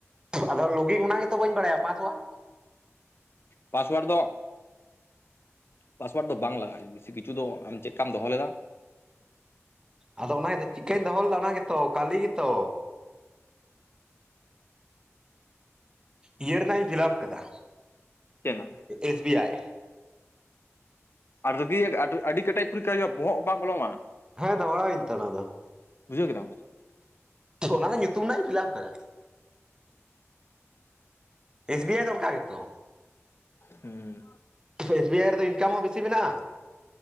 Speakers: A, on the right; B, on the left.
A: ᱟᱫᱚ ᱞᱚᱜᱤᱝ ᱚᱱᱟ ᱜᱮᱛᱚ ᱵᱟᱹᱧ ᱵᱟᱲᱟᱭᱟ ᱯᱟᱥᱳᱣᱟᱲ᱾
B: ᱯᱟᱥᱳᱣᱟᱲ ᱫᱚ ᱯᱟᱥᱳᱣᱟᱨᱰ ᱫᱚ ᱵᱟᱝ ᱞᱟᱜᱟᱜ-ᱟ ᱵᱮᱥᱤ ᱠᱤᱪᱷᱩ ᱫᱚ ᱟᱢ ᱪᱮᱫ ᱠᱟᱢ ᱫᱚᱦᱚ ᱞᱮᱫᱟ᱾
A: ᱟᱫᱚ ᱚᱱᱟ ᱜᱮᱛᱚ ᱪᱮᱫᱠᱟᱹᱧ ᱫᱚᱦᱚ ᱞᱮᱫᱟ ᱚᱱᱟ ᱜᱮᱛᱚ ᱠᱟᱞᱤ ᱜᱮᱛᱚ᱾ ᱤᱭᱟᱹ ᱨᱮᱱᱟᱜ ᱤᱧ ᱯᱷᱤᱞᱟᱯ ᱠᱟᱫᱟ
B: ᱪᱮᱫᱱᱟᱜ
A: ᱮᱥ ᱵᱤ ᱟᱭ᱾
B: ᱟᱹᱰᱤ ᱨᱟᱹᱜᱤ ᱟᱹᱰᱤ ᱠᱟᱮᱴᱮᱡ ᱯᱚᱨᱤᱠᱠᱷᱟ ᱦᱩᱭᱩᱜ-ᱟ ᱵᱚᱦᱚᱜ ᱵᱟᱝ ᱵᱚᱞᱚᱣᱟᱢᱟ᱾
A: ᱦᱮᱸ ᱛᱚ ᱵᱟᱲᱟᱭ ᱤᱧᱛᱚ ᱚᱱᱟ ᱫᱚ᱾
B: ᱵᱩᱡᱟᱹᱣ ᱠᱮᱫᱟᱢ᱾
A: ᱚᱱᱟ ᱫᱚ ᱧᱩᱛᱩᱢ ᱨᱮᱱᱟᱜ ᱤᱧ ᱯᱷᱤᱞᱟᱯ ᱟᱠᱟᱫᱟ᱾ ᱮᱥ ᱵᱤ ᱟᱭ ᱫᱚ ᱚᱱᱠᱟ ᱜᱮᱛᱚ᱾
B: ᱦᱩᱸ᱾
A: ᱮᱥ ᱵᱤ ᱟᱭ ᱨᱮᱫᱚ ᱤᱱᱠᱟᱢ ᱦᱚᱸ ᱵᱮᱥᱤ ᱢᱮᱱᱟᱜ-ᱟ᱾